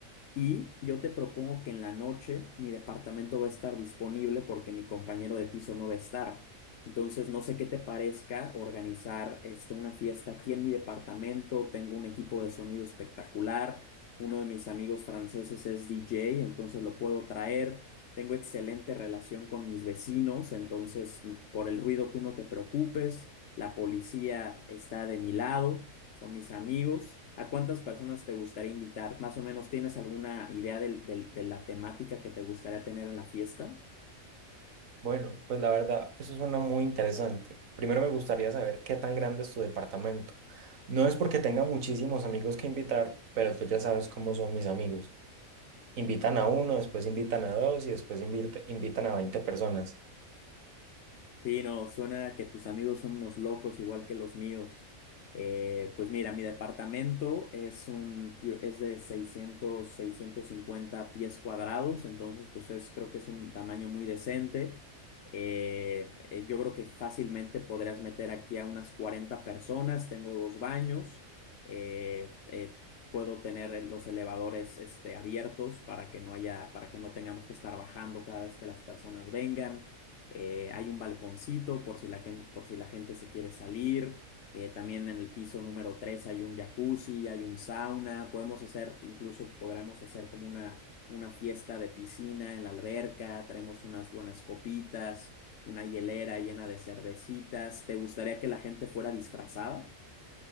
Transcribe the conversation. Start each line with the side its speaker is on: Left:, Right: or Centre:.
Left: Y yo te propongo que en la noche mi departamento va a estar disponible porque mi compañero de piso no va a estar. Entonces, no sé qué te parezca organizar este, una fiesta aquí en mi departamento. Tengo un equipo de sonido espectacular. Uno de mis amigos franceses es DJ, entonces lo puedo traer. Tengo excelente relación con mis vecinos, entonces por el ruido tú no te preocupes. La policía está de mi lado son mis amigos. ¿A cuántas personas te gustaría invitar? Más o menos, ¿tienes alguna idea del- del- de la temática que te gustaría tener en la fiesta?
Right: Bueno, pues la verdad, eso suena muy interesante. Primero me gustaría saber qué tan grande es tu departamento. No es porque tenga muchísimos amigos que invitar, pero tú ya sabes cómo son mis amigos. Invitan a uno, después invitan a dos y después invita- invitan a 20 personas.
Left: Sí, no, suena que tus amigos son unos locos igual que los míos. Eh, pues mira, mi departamento es un, es de seiscientos seiscientos cincuenta pies cuadrados, entonces pues es, creo que es un tamaño muy decente. Eh, eh, yo creo que fácilmente podrías meter aquí a unas 40 personas, tengo dos baños, eh, eh, puedo tener los elevadores este, abiertos para que no haya, para que no tengamos que estar bajando cada vez que las personas vengan. Eh, hay un balconcito por si la, gen- por si la gente se quiere salir. Eh, también en el piso número 3 hay un jacuzzi, hay un sauna. Podemos hacer, incluso podremos hacer como una, una fiesta de piscina en la alberca. Traemos unas buenas copitas, una hielera llena de cervecitas. ¿Te gustaría que la gente fuera disfrazada?